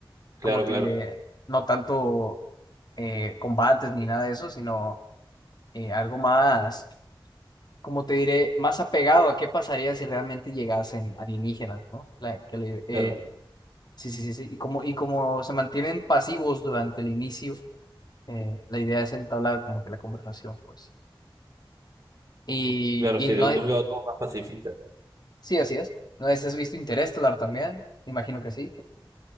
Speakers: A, on the right; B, on the left.
A: Claro,
B: Como te
A: claro,
B: diré, no tanto eh, combates ni nada de eso, sino eh, algo más, como te diré, más apegado a qué pasaría si realmente llegasen alienígenas, ¿no? La- que le- eh,
A: claro.
B: sí, sí, sí, sí. Y como, y como se mantienen pasivos durante el inicio, eh, la idea es entablar como que la conversación, pues. Y,
A: Claro,
B: y
A: sí,
B: no,
A: de, de un lado todo más pacifista.
B: Sí, así es. No sé si has visto Interestelar también. Imagino que sí.